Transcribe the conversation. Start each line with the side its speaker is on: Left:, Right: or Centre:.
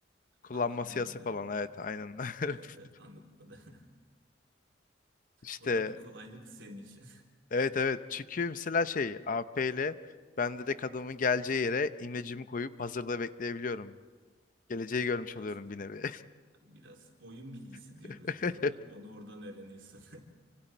Left: kullanması
Right: Anladım anladım.
Left: yasak olan evet aynen.
Right: Evet
Left: <laughs>
Right: evet anladım. <laughs>
Left: İşte
Right: O da bir kolaylık senin için.
Left: evet evet çünkü mesela şey AP ile ben direkt adamın geleceği yere imlecimi koyup hazırda bekleyebiliyorum. Geleceği
Right: <laughs>
Left: görmüş
Right: Biraz,
Left: oluyorum bir nevi.
Right: biraz oyun bilgisi
Left: <laughs>
Right: diyoruz biz ona. Onu oradan öğreniyorsun.